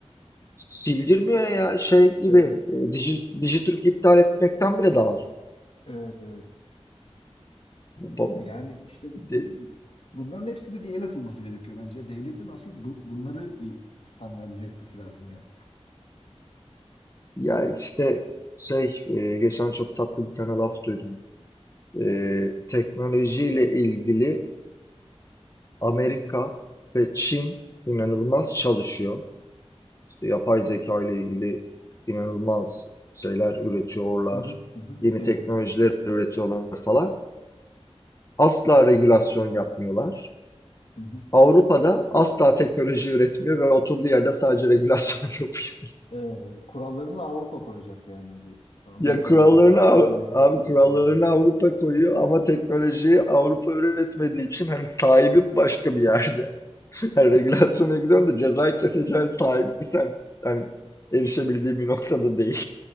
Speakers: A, on the left; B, on the left.
A: Sildirmiyor ya şey gibi
B: Evet.
A: e, Digi, Digiturk iptal etmekten bile daha zor.
B: Evet evet.
A: Ba-
B: Yani işte bu
A: de-
B: bunların hepsi de bir el atılması gerekiyor bence. Devletin asıl bu, bunları bir standartize etmesi lazım yani.
A: Ya işte şey e, geçen çok tatlı bir tane laf duydum. E, teknolojiyle ilgili Amerika ve Çin inanılmaz çalışıyor. İşte yapay zeka ile ilgili inanılmaz şeyler üretiyorlar.
B: Hı hı, hı hı.
A: Yeni
B: Evet.
A: teknolojiler üretiyorlar falan. Asla regülasyon yapmıyorlar.
B: Hı hı.
A: Avrupa'da asla teknoloji üretmiyor ve oturduğu yerde sadece regülasyon <laughs> yapıyor.
B: Evet, evet. Kurallarını Avrupa koyacak yani bu Amerika'nın
A: Ya kurallarını
B: ve
A: Av-
B: Çin'in ürettiği
A: abi
B: teknolojinin.
A: kurallarını Avrupa koyuyor ama teknolojiyi Avrupa üretmediği için hani sahibi başka bir yerde. <laughs> Hani regülasyona gidiyorsun da ceza keseceğin sahibi sen. Yani erişebildiğim bir noktada değil.